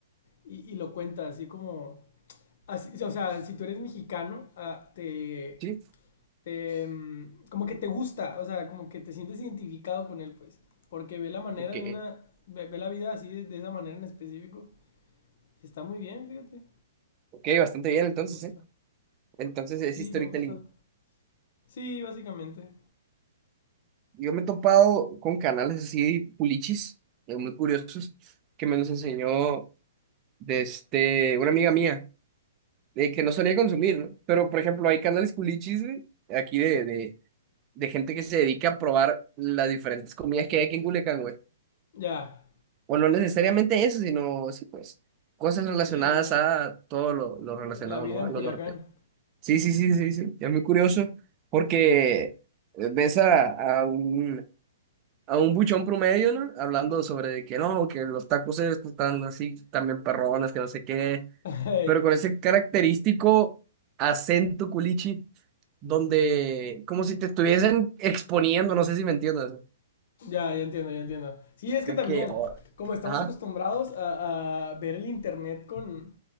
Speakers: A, on the left; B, on the right.
A: y, y lo cuenta así como... así- o sea, si tú eres mexicano, ah, te,
B: Sí,
A: te, mm, Como que te gusta, o sea, como que te sientes identificado con él, pues. Porque ve la manera
B: ok.
A: de una... Ve, ve la vida así de, de esa manera en específico. Y está muy bien, fíjate.
B: Ok, bastante bien entonces,
A: Me gusta.
B: ¿eh? Entonces es
A: Sí,
B: storytelling.
A: me gusta. Sí, básicamente.
B: Yo me he topado con canales así pulichis, eh, muy curiosos, que me los enseñó de este, una amiga mía, de que no solía consumir, ¿no? Pero, por ejemplo, hay canales pulichis, güey, aquí de, de, de gente que se dedica a probar las diferentes comidas que hay aquí en Culiacán, güey.
A: Ya.
B: O no necesariamente eso, sino, sí, pues, cosas relacionadas
A: Sí, la,
B: a todo lo, lo relacionado,
A: la vida
B: ¿no?
A: en
B: A
A: Culiacán.
B: lo norte. Sí, sí, sí, sí, sí. Es muy curioso porque ves a, a un a un buchón promedio, ¿no? Hablando sobre de que no, que los tacos estos están así, también perrones, que no sé qué,
A: <laughs> Ey,
B: pero con ese característico acento culichi, donde como si te estuviesen exponiendo, no sé si me entiendes,
A: Ya, ya entiendo, ya entiendo. Sí, es que
B: de
A: también,
B: que, oh,
A: como estamos
B: ajá,
A: acostumbrados a, a ver el internet con,